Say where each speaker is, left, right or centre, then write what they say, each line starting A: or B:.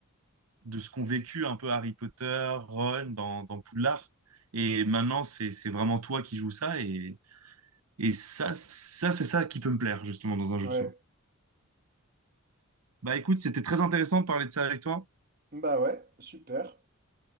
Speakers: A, on the right (about 90°); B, on the right (about 40°).
A: de ce qu'ont vécu un peu Harry Potter, Ron dans, dans Poudlard. Et maintenant, c'est, c'est vraiment toi qui joues ça. Et, et ça, ça c'est ça qui peut me plaire, justement, dans un jeu
B: Ouais.
A: solo. Bah écoute, c'était très intéressant de parler de ça avec toi.
B: Bah ouais, super.